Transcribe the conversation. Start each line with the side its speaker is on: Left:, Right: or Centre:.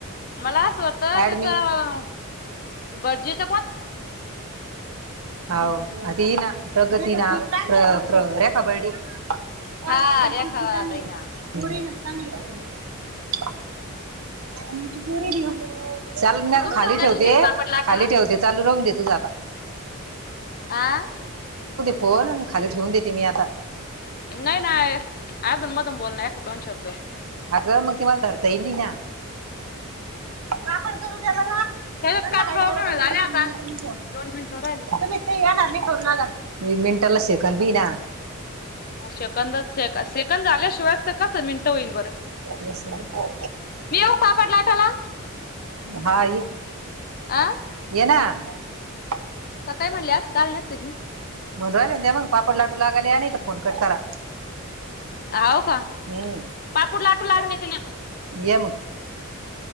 Left: मला अस वाटतं त्याचा
Right: ऍडमिन.
Left: भटजीच
Right: हवं आधी येईन ना प्रगती ना प्र प्र रेखा बरडे <unintelligible>
Left: हा रेखा ताई ना
Right: <unintelligible> चाल म्या
Left: तुमच्याच
Right: खाली
Left: गल्लीत
Right: ठेवते
Left: एक पापड लाटा
Right: खाली
Left: ना.
Right: ठेवते. राहून दे तुझं आता
Left: आ
Right: हो न खाली ठेवून देते मी आता
Left: नाही नाही अजून मधून बोलण आहे दोन शब्द
Right: अगं मग त मला धरता येईना संध्याकाळी
Left: त्याच्यात काय प्रॉब्लेम
Right: करा तुम्ही
Left: झाले
Right: मैत्रीणी
Left: आता
Right: मैत्रिणी फोन
Left: दोन मिनिटं राहिले
Right: तुम्ही तर काही येणार नाही मिनटाला सेकंद भी ना
Left: मग सेकंदच ये का सेकंद झाल्याशिवाय तर ते कस मिनीट कस होईल बरं,
Right: तेच ना
Left: मी येऊ पापड लाटायला?
Right: हा ये
Left: आ
Right: ये ना अ
Left: सकाळी म्हणले असते तर आले नसते का मी
Right: म्हणू राहिल्या ना त्या मग पापड लाटू लागायला या नाही तर फोन कट करा.
Left: हाव का
Right: हम्म
Left: पापूड लाटू लागले ते ना
Right: ये मग